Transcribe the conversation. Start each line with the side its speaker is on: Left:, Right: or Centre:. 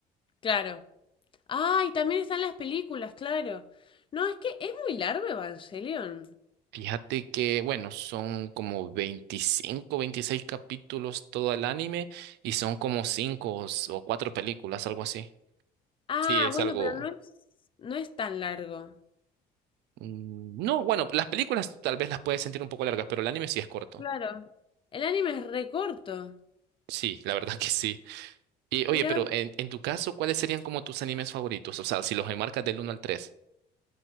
Left: Claro. Ah, y también están las películas, claro. No, es que es muy largo Evangelion.
Right: Fíjate que, bueno, son como 25, 26 capítulos todo el anime y son como 5 o 4 películas, algo así.
Left: Ah,
Right: Sí, es
Left: bueno,
Right: algo...
Left: pero no es, no es tan largo.
Right: mm, No, bueno, las películas tal vez las puedes sentir un poco largas, pero el anime sí es corto.
Left: Claro. El anime es recorto.
Right: Sí, la verdad <laughs> que sí. Y
Left: Mira,
Right: oye, pero en, en tu caso, ¿cuáles serían como tus animes favoritos? O sea, si los enmarcas del uno al tres